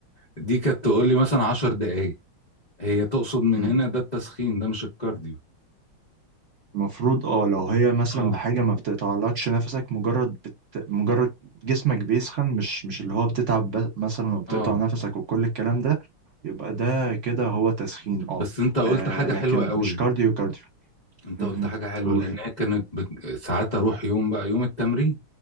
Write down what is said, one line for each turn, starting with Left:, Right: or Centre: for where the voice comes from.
Left: دي كانت تقول لي مثلا عشر دقايق هي تقصد من
Right: مم.
Left: هنا ده التسخين ده مش الكارديو
Right: المفروض اه لو هي مثلا
Left: اه
Right: بحاجة ما بتقطعلكش نفسك مجرد بت... مجرد جسمك بيسخن مش مش اللي هو بتتعب ب... مثلا وبتقطع
Left: اه
Right: نفسك وكل الكلام ده يبقى ده كده هو تسخين اه
Left: بس انت قلت
Right: آه،
Left: حاجة
Right: لكن
Left: حلوة قوي
Right: مش كارديو كارديو
Left: انت
Right: مهم.
Left: قلت حاجة حلوة
Right: قول
Left: لان هي كانت بت- ساعات اروح يوم بقى يوم التمرين